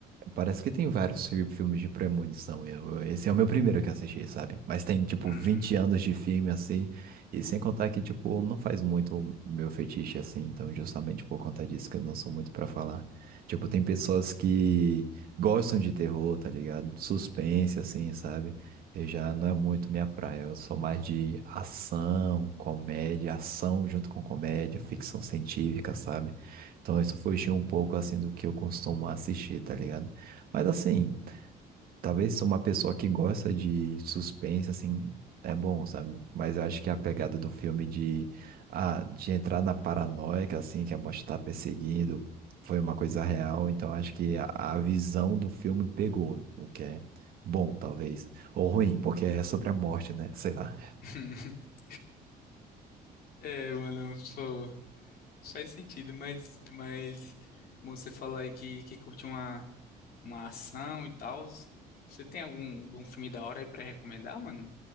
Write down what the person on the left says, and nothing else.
Hum.
<laughs> É, mano, pô. Faz sentido, mas, mas você falar aí que, que curte uma, uma ação e tal. Você tem algum, algum filme da hora aí pra recomendar, mano?